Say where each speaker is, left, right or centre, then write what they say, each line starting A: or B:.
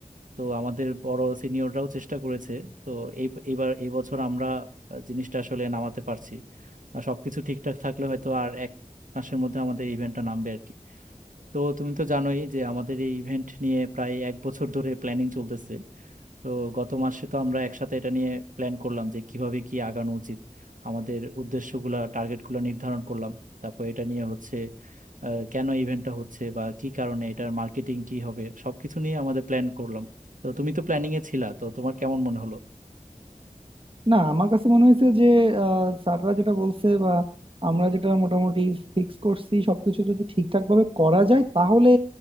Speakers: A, on the right; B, on the right.
A: তো আমাদের বড় সিনিয়ররাও চেষ্টা করেছে তো এই এবার এই বছর আমরা আহ, জিনিসটা আসলে নামাতে পারছি আর সবকিছু ঠিকঠাক থাকলে হয়তো আর এক মাসের মধ্যে আমাদের ইভেন্টটা নামবে আর কি তো তুমি তো জানোই যে আমাদের এই ইভেন্ট নিয়ে প্রায় এক বছর ধরে প্ল্যানিং চলতেছে তো গত মাসে তো আমরা একসাথে এটা নিয়ে প্ল্যান করলাম যে কিভাবে কি আগানো উচিত আমাদের উদ্দেশ্যগুলা টার্গেটগুলো নির্ধারণ করলাম তারপর এটা নিয়ে হচ্ছে আহ, কেন ইভেন্টটা হচ্ছে বা কি কারণে এটার মার্কেটিং কি হবে সবকিছু নিয়ে আমাদের প্ল্যান করলাম তো তুমি তো প্ল্যানিং এ ছিলা তো তোমার কেমন মনে হলো
B: না আমার কাছে মনে হয়েছে যে আহ, স্যাররা যেটা বলছে বা আমরা যেটা মোটামুটি ফিক্স করছি সবকিছু যদি ঠিকঠাক ভাবে করা যায় তাহলে